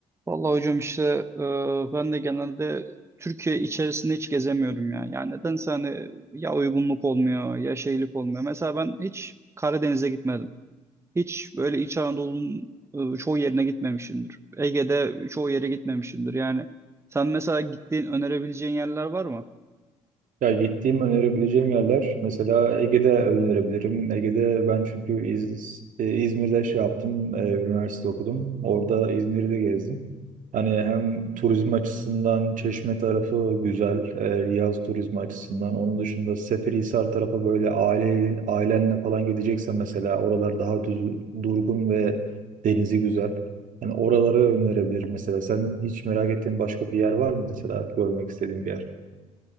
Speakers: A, on the right; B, on the right.
A: Vallahi hocam işte e, ben de genelde Türkiye içerisinde hiç gezemiyorum ya. Yani nedense hani ya uygunluk olmuyor ya şeylik olmuyor. Mesela ben hiç Karadeniz'e gitmedim. Hiç böyle İç Anadolu'nun e, çoğu yerine gitmemişimdir. Ege'de çoğu yere gitmemişimdir. Yani sen mesela gittiğin önerebileceğin yerler var mı?
B: Ya gittiğim önerebileceğim yerler mesela Ege'de önerebilirim. Ege'de ben çünkü İz, e, İzmir'de şey yaptım, e, üniversite okudum. Orada İzmir'i de gezdim. Hani hem turizm açısından Çeşme tarafı güzel, e, yaz turizmi açısından. Onun dışında Seferihisar tarafı böyle aile ailenle falan gideceksen mesela oralar daha düz, durgun ve denizi güzel. Hani oraları önerebilirim mesela. Sen hiç merak ettiğin başka bir yer var mı mesela görmek istediğin bir yer?